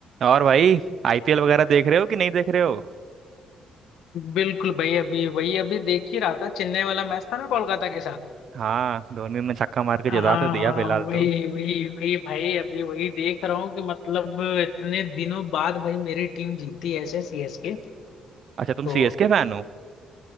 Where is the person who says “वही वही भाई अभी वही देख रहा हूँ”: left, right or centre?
Left